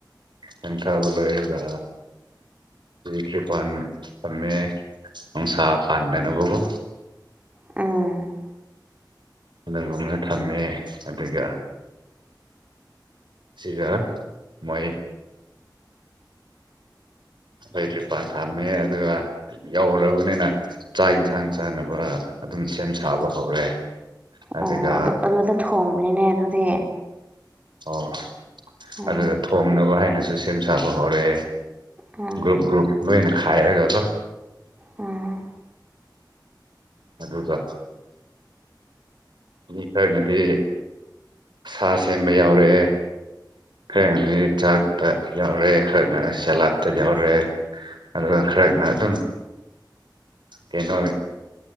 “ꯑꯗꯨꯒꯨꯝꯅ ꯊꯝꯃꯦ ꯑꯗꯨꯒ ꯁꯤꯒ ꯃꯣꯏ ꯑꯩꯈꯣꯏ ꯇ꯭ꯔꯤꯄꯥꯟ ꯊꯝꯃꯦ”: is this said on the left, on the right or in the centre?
Right